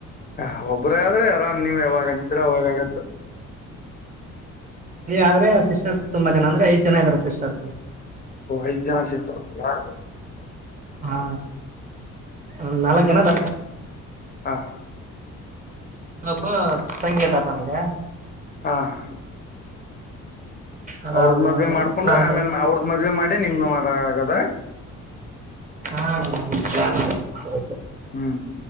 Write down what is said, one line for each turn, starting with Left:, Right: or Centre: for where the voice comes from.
Left: ಹ ಒಬ್ರ ಆದ್ರೆ ಆರಾಮ್ ನೀವ್ ಯಾವಾಗ ಅಂತೀರ ಅವಾಗಗತ್ತ
Right: ಆದ್ರೆ ಸಿಸ್ಟರ್ಸ್ ತುಂಬಾ ಜನ ಅಂದ್ರೆ ಐದ್ ಜನ ಇದಾರ ಸಿಸ್ಟರ್ಸ್
Left: ಐದು ಜನ ಸಿಸ್ಟರ್
Right: ಹಾ ಒಂದು ನಾಲ್ಕ್ ಜನದ
Left: ಹಾ ಹಾ
Right: ನನಗೊಬ್ಬ ತಂಗಿ ಇದ್ದಾಳೆ ನನಗೆ
Left: ಹಾ ಹಾ
Right: ಅದಾದ್ಮೇಲೆ
Left: ಅವ್ರದ ಮದ್ವೆ ಮಾಡ್ಕೊಂಡ
Right: ನಮ್ದು
Left: ಆಮೇಲ್ ಅವ್ರದ ಮದ್ವೆ ಮಾಡಿ ನಿಮ್ದು ಮಾಡ ಆಗದ
Right: ಹಾ
Left: ಹ್ಮ್